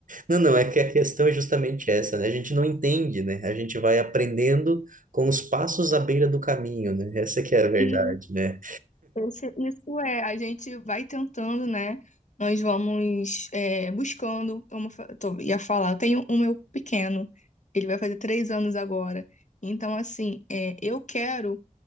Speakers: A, on the right; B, on the left.
A: Não, não, é que a questão é justamente essa, né? A gente não entende, né? A gente vai aprendendo com os passos à beira do caminho, né? Essa que é a verdade,
B: Isso,
A: né?
B: esse- isso é, a gente vai tentando, né? Nós vamos é, buscando, como eu fa- tô- ia falar, eu tenho um meu pequeno, ele vai fazer três anos agora. Então, assim, é, eu quero